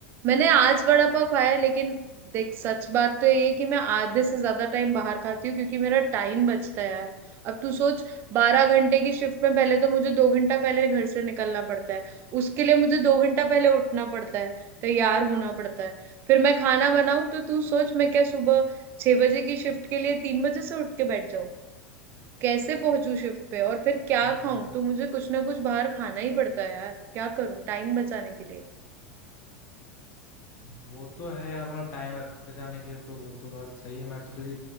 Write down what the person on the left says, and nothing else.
हम्म
वो तो है यार मतलब टाइम बचाने के लिए तो वो तो बात सही है मैं तो तेरी